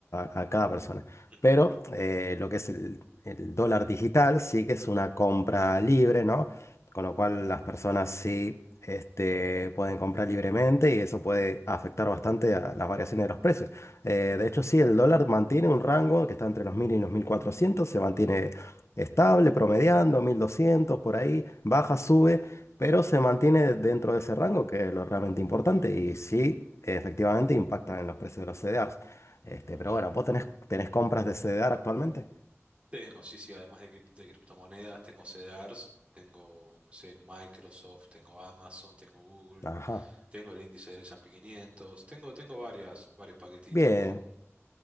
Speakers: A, on the left; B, on the right.
A: a- a cada persona.
B: Ujú,
A: Pero eh, lo que es el, el dólar digital sí que es una compra libre, ¿no? con lo cual las personas sí este, pueden comprar libremente y eso puede afectar bastante a las variaciones de los precios. Eh, de hecho, sí, el dólar mantiene un rango que está entre los 1000 y los mil cuatrocientos se mantiene estable, promediando, 1200 por ahí, baja,
B: ujú.
A: sube, pero se mantiene dentro de ese rango, que es lo realmente importante y sí, efectivamente impacta en los precios de los CDRs. Este,
B: Tal
A: pero
B: cual.
A: bueno, ¿vos tenés, tenés compras de CDR actualmente?
B: Tengo, sí, sí, además de, crip- de criptomonedas, tengo CDRs, tengo, no sé, Microsoft, tengo Amazon, tengo Google,
A: Ajá.
B: tengo el índice del S&P 500, tengo, tengo varias, varios paquetitos
A: Bien,
B: con,